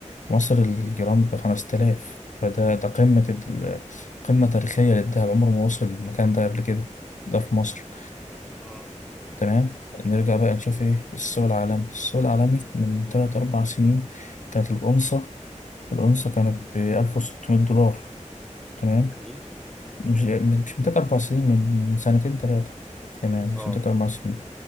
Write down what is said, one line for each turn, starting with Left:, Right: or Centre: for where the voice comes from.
Left: مصر الجرام بخمسة آلاف فده ده قمة ال- قمة تاريخية للذهب عمره ما وصل المكان ده قبل كده ده في مصر
Centre: اه
Left: تمام نرجع بقى نشوف ايه السوق العالمي السوق العالمي من تلات أربع سنين كانت الأونصة الأونصة كانت بألف وستمية دولار تمام
Centre: جميل
Left: مش مش من تلات أربع سنين من سنتين تلاتة كمان مش
Centre: اه
Left: من تلات أربع سنين